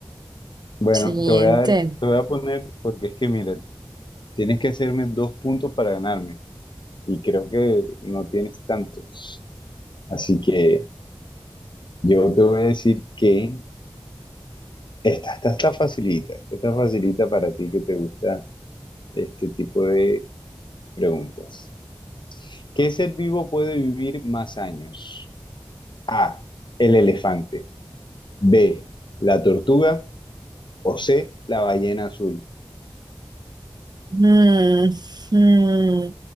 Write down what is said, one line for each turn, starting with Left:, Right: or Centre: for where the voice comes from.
Left: Bueno,
Right: siguiente.
Left: te voy a dar, te voy a poner, porque es que mira, tienes que hacerme dos puntos para ganarme. y creo que no tienes tantos. Así que yo te voy a decir que esta, esta está facilita, esta está facilita para ti que te gusta este tipo de preguntas. ¿Qué ser vivo puede vivir más años? A, el elefante, B, la tortuga o C, la ballena azul.
Right: Mm, mm,